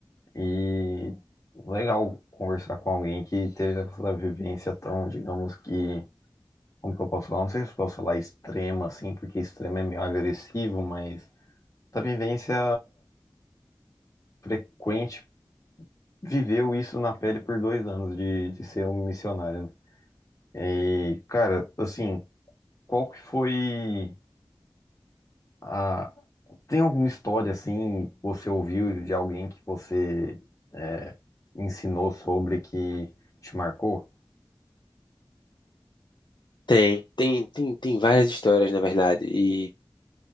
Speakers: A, on the left; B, on the left.
A: E legal conversar com alguém que teve essa vivência tão, digamos que, como que eu posso falar? Não sei se eu posso falar extrema assim, porque extrema é meio agressivo, mas essa vivência frequente viveu isso na pele por dois anos de, de ser um missionário, né? E, cara, assim, qual que foi a... Tem alguma história, assim, que você ouviu de alguém que você é, ensinou sobre que te marcou?
B: Tem, tem, tem, tem várias histórias, na verdade, e